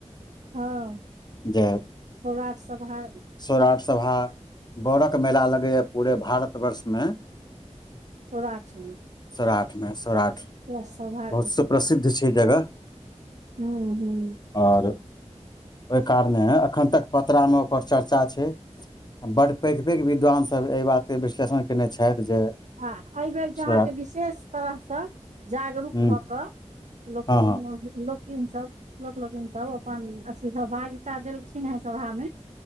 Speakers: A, on the right; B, on the left.
A: हँ
B: जे
A: सौराठ सभा
B: सौराठ सभा बरक मेला लगैए पूरे भारतवर्षमे
A: सौराठमे
B: सौराठमे सौराठ
A: सभा
B: बहुतसँ प्रसिद्ध छै जगह
A: हुं हुँ
B: और ओय कारणे है अखन तक पतरा में ओकर चर्चा चर्चा छै बड्ड पैघ पैघ विद्वान सभ एहि बातके विश्लेषण कयने छथि जे
A: आ एहिबेर जे अहाँके
B: सौराठ
A: विशेष तरह सँ जागरूक
B: हूँ
A: भऽ कऽ लोक
B: हँ
A: लोगै
B: हँ
A: लोकिन सब लोक लोकिन सब अपनी सभागिता देलखिन हे सभा मे